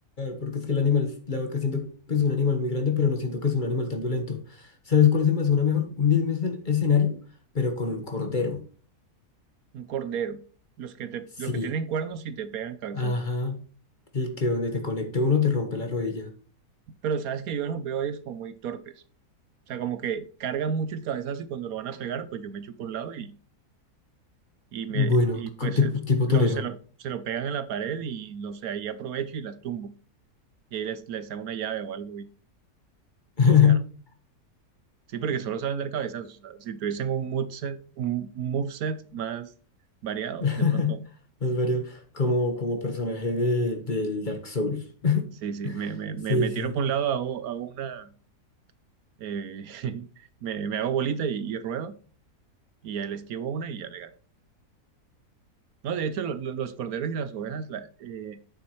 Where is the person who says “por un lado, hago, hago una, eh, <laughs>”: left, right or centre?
Right